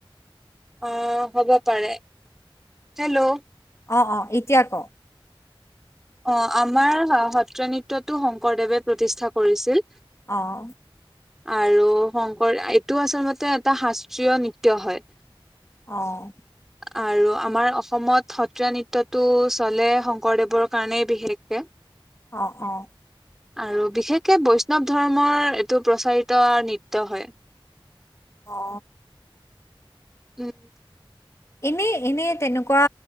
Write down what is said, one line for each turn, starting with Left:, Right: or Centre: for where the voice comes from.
Centre: অ হ'ব পাৰে হেল্ল'
Left: অ অ এতিয়া ক।
Centre: অ আমাৰ সত্ৰীয়া নৃত্যটো শংকৰদেৱে প্ৰতিষ্ঠা কৰিছিল।
Left: অহ।
Centre: আৰু শংকৰ এইটো আচলতে এটা শাস্ত্ৰীয় নৃত্য হয়।
Left: অহ
Centre: আৰু আমাৰ অসমত সত্ৰীয়া নৃত্যটো চলে শংকৰদেৱৰ কাৰনে বিশেষকে।
Left: অ অ
Centre: আৰু বিশেষকে বৈষ্ণৱ ধৰ্মৰ এইটো প্ৰচাৰিত নৃত্য হয়।
Left: অ
Centre: উম
Left: এনেই এনে তেনেকুৱা